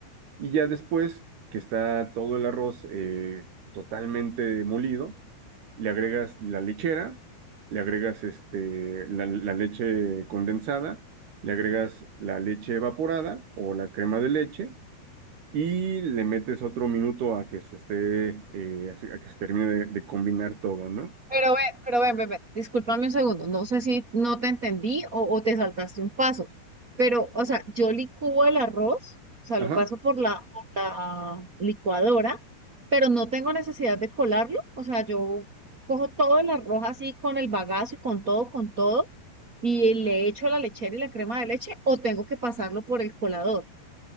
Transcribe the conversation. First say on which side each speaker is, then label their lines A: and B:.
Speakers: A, on the right; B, on the right.
A: y ya después que está todo el arroz eh, totalmente molido, le agregas la lechera, le agregas este, la, la leche condensada, le agregas la leche evaporada o la crema de leche, y le metes otro minuto a que se esté, eh, a que se termine de, de combinar todo, ¿no?
B: Pero ve, pero ven, ven, ven, discúlpame un segundo, no sé si no te entendí o, o te saltaste un paso, pero, o sea, yo licúo el arroz, o sea,
A: Ajá.
B: lo paso por la, por la licuadora, pero no tengo necesidad de colarlo, o sea, yo cojo todo el arroz así con el bagazo y con todo, con todo, y le echo la lechera y la crema de leche, o tengo que pasarlo por el colador.